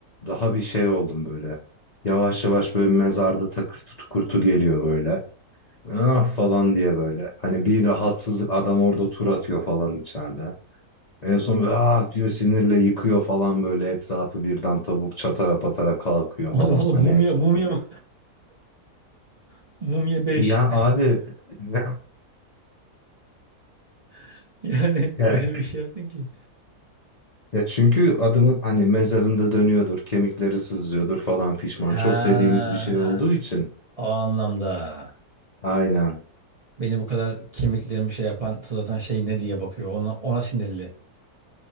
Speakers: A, on the left (about 40°); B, on the right (about 35°).
A: daha bir şey oldum böyle. Yavaş yavaş böyle mezarda takır kurtu geliyor böyle. Ah falan diye böyle. Hani bir rahatsızlık adam orada tur atıyor falan içeride. En son böyle ah diyor sinirle yıkıyor falan böyle etrafı birden tavuk çatara patara kalkıyor
B: O
A: falan.
B: ne oğlum
A: Hani
B: mumya mumya mı <laughs> mumya beş
A: ya abi <laughs>
B: <laughs> Yani
A: ya
B: öyle bir şey yaptın ki.
A: Ya çünkü adamın hani mezarında dönüyordur, kemikleri sızlıyordur falan fişman.
B: Ha,
A: Çok dediğimiz bir şey olduğu için.
B: o anlamda.
A: Aynen.
B: Beni bu kadar kemiklerimi şey yapan zaten şey ne diye bakıyor. Ona, ona sinirli.